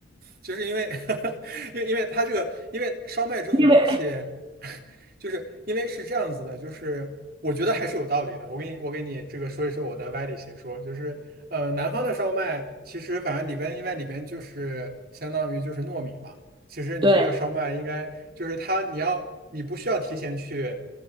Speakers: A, on the right; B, on the right.
A: 就是因为，<laughs> 因为因为它这个，因为烧麦这种东西，
B: 因为
A: <laughs> 就是因为是这样子的，就是我觉得还是有道理的。我给你，我给你这个说一说我的歪理邪说，就是呃，南方的烧麦其实反正里边，因为里边就是相当于就是糯米嘛，其实你这个烧麦应该就是它，
B: 对
A: 你要你不需要提前去